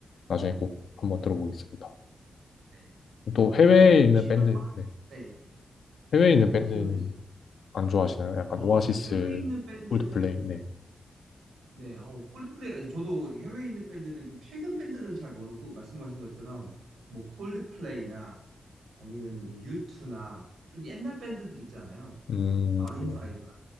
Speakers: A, on the left (about 75°); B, on the right (about 85°).
A: 나중에 꼭 한번 들어보겠습니다.
B: 네.
A: 또 해외에
B: 그럼 요즘
A: 있는
B: 혹시
A: 밴드,
B: 좀
A: 네.
B: 네.
A: 해외에 있는
B: 네,
A: 밴드는
B: 질문해 주세요.
A: 안 좋아하시나요? 약간
B: 아,
A: 오아시스,
B: 해외에 있는 밴드는
A: 콜드플레이, 네.
B: 네, 어, 콜드플레이 아니 저도 해외에 있는 밴드는 좀 최근 밴드는 잘 모르고 말씀하신 것처럼 뭐 콜드플레이나 아니면은 뭐 유투나 좀 옛날 밴드들 있잖아요.
A: 음,
B: 마룬
A: 네네.
B: 5나